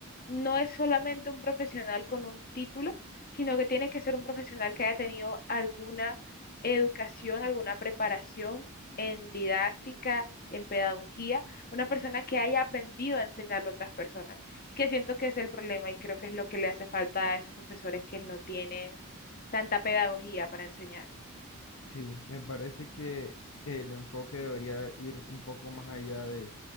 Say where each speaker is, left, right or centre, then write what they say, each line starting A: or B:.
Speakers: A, on the left (about 45°); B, on the left (about 70°).
A: no es solamente un profesional con un título, sino que tiene que ser un profesional que haya tenido alguna educación, alguna preparación en didáctica, en pedagogía, una persona que haya aprendido a enseñarle a otras personas. Y que siento que es el problema y creo que es lo que le hace falta a esos profesores que no tienen tanta pedagogía para enseñar.
B: Sí, me parece que el enfoque debería ir un poco más allá de